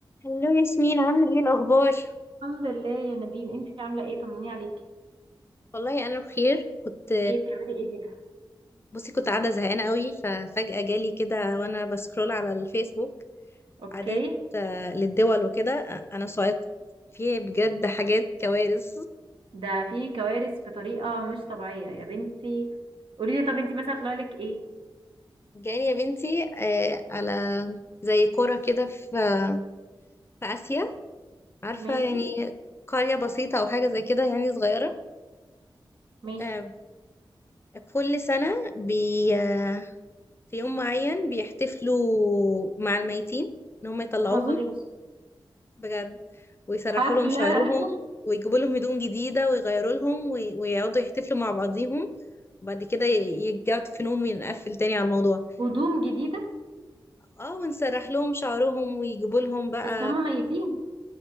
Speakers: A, on the left; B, on the right.
A: هلو ياسمين عاملة ايه الأخبار؟
B: الحمد لله يا نادين انتي عاملة ايه طمنيني عليكي
A: والله أنا بخير كنت
B: ايه بتعملي ايه كده
A: بصي كنت قاعدة زهقانة قوي ففجأة جالي كده وأنا بسكرول على الفيسبوك
B: اوكي
A: عادات آه، للدول وكده آه، أنا صايت في بجد حاجات كوارث
B: ده في كوارث بطريقة مش طبيعية يا بنتي قولي لي طب انتي مثلا طلع لك ايه
A: جالي يا بنتي آه، على زي قرى كده في آه، في آسيا عارفة
B: ماشي
A: يعني قرية بسيطة أو حاجة زي كده يعني صغيرة
B: ماشي
A: آه، كل سنة بي آه، في يوم معين بيحتفلوا مع الميتين إن هم يطلعوهم
B: ما تهزريش
A: بجد ويسرحوا
B: حفلة
A: لهم شعرهم ويجيبوا لهم هدوم جديدة ويغيروا لهم وي- ويقعدوا يحتفلوا مع بعضيهم وبعد كده ي- يرجعوا تفنهم ونقفل تاني على الموضوع
B: <laughs> هدوم جديدة
A: اه ونسرح لهم شعرهم ويجيبوا لهم بقى
B: بس هم ميتين